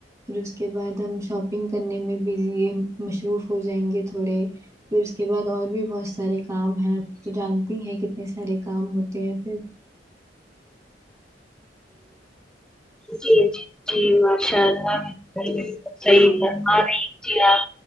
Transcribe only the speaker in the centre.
جی جی جی ماشاء اللہ بالکل صحیح فر ما رہی جی آپ